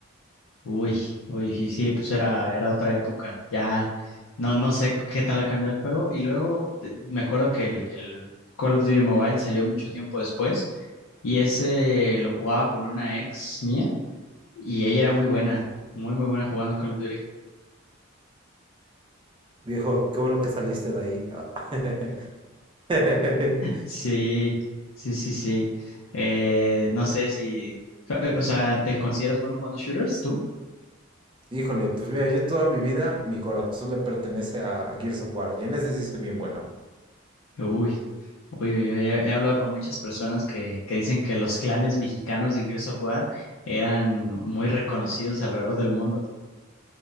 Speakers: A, on the left; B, on the right.
A: Uy, uy, sí, sí, pues era, era otra época. Ya no, no sé qué tal ha cambiado el juego. Y luego de- me acuerdo que el, el Call of Duty Mobile salió mucho tiempo después. Y ese lo jugaba con una ex mía. Y ella era muy buena, muy, muy buena jugando Call of Duty.
B: Viejo, qué bueno que saliste de ahí. <laughs> <laughs>
A: Sí, sí, sí, sí. Eh, no sé si. ja- eh, O sea, ¿te consideras bueno jugando shooters tú?
B: Híjole, pues mira, yo toda mi vida, mi corazón le pertenece a Gears of War, y en ese sí soy bien bueno.
A: Uy, uy, uy, uy, he he hablado con muchas personas que, que dicen que los clanes mexicanos de Gears of War eran muy reconocidos alrededor del mundo.